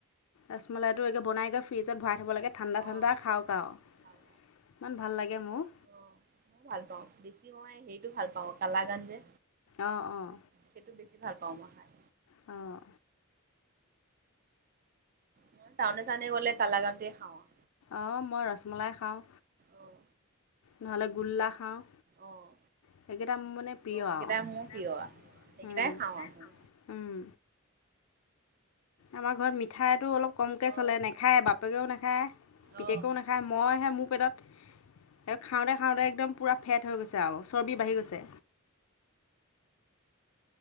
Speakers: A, on the left; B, on the right.
A: ৰসমলাইটো একে বনাই কৰি ফ্ৰিজত ভৰাই থ'ব লাগে। ঠাণ্ডা,
B: অ অ
A: ঠাণ্ডা খাওঁক
B: খাওঁ
A: আৰু,
B: খাওঁ।
A: ইমান ভাল লাগে মোৰ।
B: অ', মই ভাল পাওঁ, বেছি মই হেৰিটো ভাল পাওঁ কালাগান যে।
A: অঁ', - অঁ।
B: সেইটো বেছি ভাল পাওঁ মই খায়।
A: অঁ।
B: মই টাউনে- চাউনে গ'লে কালাকনটোয়ে খাওঁ আৰু।
A: অঁ', মই ৰসমলাই খাওঁ।
B: অ'।
A: নহ'লে গোল্লা খাওঁ।
B: অ',
A: সেইকেইটা মোৰ মানে প্ৰিয়
B: অ', সেইকেইটা
A: আৰু,
B: মোৰ প্ৰিয়। সেইকেইটাই
A: উম।
B: খাওঁ আৰু মই
A: উম। আমাৰ ঘৰত মিঠাইটো অলপ কমকৈ
B: অ',
A: চলে নাখায় বাপেকেও নাখায়, পিতেকেও
B: অ',
A: না খাই মইহে মোৰ পেটত সে খাওঁতে, খাওঁতে একদম পূৰা ফেট হৈ গৈছে আৰু চৰ্বি বাঢ়ি গৈছে।